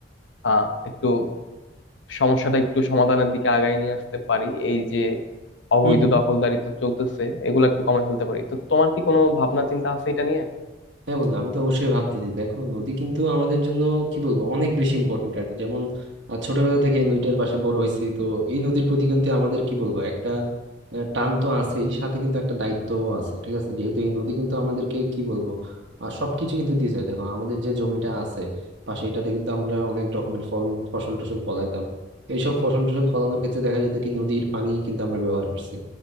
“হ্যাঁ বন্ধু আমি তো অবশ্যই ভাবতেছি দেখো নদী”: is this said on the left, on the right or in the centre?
Right